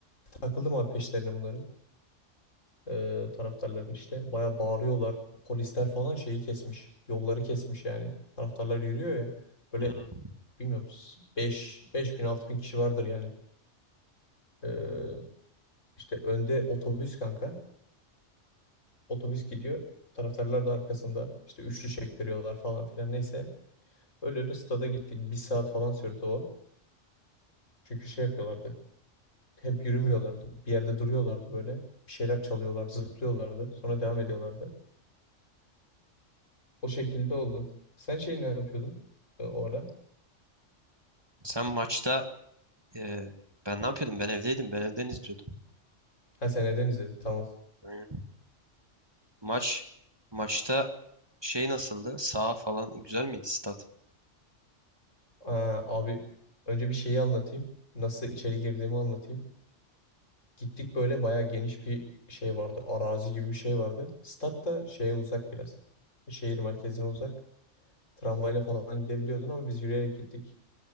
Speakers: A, on the left (about 85°); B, on the right (about 20°).
A: Takıldım abi peşlerine bunların. Eee taraftarların işte. Baya bağırıyorlar. Polisler falan şeyi kesmiş. Yolları kesmiş yani. Taraftarlar yürüyor ya. Böyle
B: Hmm.
A: bilmiyorum Beş beş bin altı bin kişi vardır yani. Eee işte önde otobüs kanka. Otobüs gidiyor. Taraftarlar da arkasında. İşte üçlü çektiriyorlar falan filan. Neyse. Öyle öyle stada gittik. Bir saat falan sürdü o. Çünkü şey yapıyorlardı. Hep yürümüyorlardı. Bir yerde duruyorlardı böyle. Bir şeyler çalıyorlardı, zıplıyorlardı. Sonra devam ediyorlardı. O şekilde oldu. Sen şey ne yapıyordun e, o ara?
B: Sen maçta Ee, ben ne yapıyordum? Ben evdeydim. Ben evden izliyordum.
A: Ha sen neden izledin? Tamam.
B: Hı. Maç maçta şey nasıldı? Sağ falan güzel miydi stat?
A: Aa, abi önce bir şeyi anlatayım. Nasıl içeri girdiğimi anlatayım. Gittik böyle bayağı geniş bir şey vardı. Arazi gibi bir şey vardı. Stat da şeye uzak biraz. Şehir merkezine uzak. Tramvayla falan gidebiliyordun ama biz yürüyerek gittik.